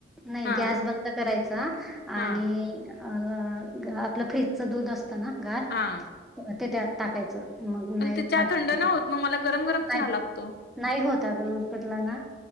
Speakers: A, in the centre; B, on the left (about 55°).
A: नाही
B: हां
A: गॅस बंद करायचा
B: हां
A: आणि अ आपलं फ्रीजचं दूध असतं ना गार
B: हां.
A: ते त्यात टाकायचं. मग नाही
B: पण ते चहा
A: फाटत
B: थंड
A: नाही
B: नाय होत म मला गरम गरम चहा
A: होत
B: लागतो.
A: नाही होता अग उकडला ना